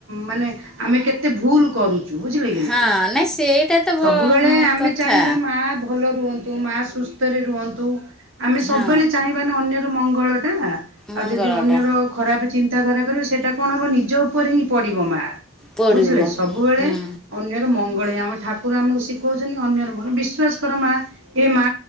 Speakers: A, on the right; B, in the centre.
A: ମାନେ ଆମେ କେତେ ଭୁଲ କରୁ। ବୁଝିଲେ କି ନାଇଁ
B: ହଁ ସେଇଟା ତ
A: ସବୁବେଳେ ଆମେ
B: କଥା
A: ଚାହିଁବା ମା ଭଲ ରୁହନ୍ ତୁ ମା ସୁସ୍ଥରେ ରୁହନ୍ତୁ ଆମେ ସବୁବେଳେ
B: ହଁ
A: ଚାହିଁବା ନା ଅନ୍ୟର ମଙ୍ଗଳ ଟା। ଆଉ
B: ମଙ୍ଗଳଟା
A: ଯଦି ଅନ୍ୟର ଖରାପ ଚିନ୍ତାଧାରା କରିବ ସେଇଟା କଣ ହବ ନି ଜ ଉପରେ ହିଁ ପଡିବ ମା
B: ପଡ଼ିବ
A: ବୁଝିଲେ ସବୁବେଳେ
B: ହୁଁ
A: ଅନ୍ୟର ମଙ୍ଗଳ ହିଁ ହବ ଆମ ଠାକୁର ଆମକୁ ଶିଖଉଛନ୍ତି। ଅନ୍ୟର ମଙ୍ଗଳ ବିଶ୍ୱାସ କର ମା ଏ ମା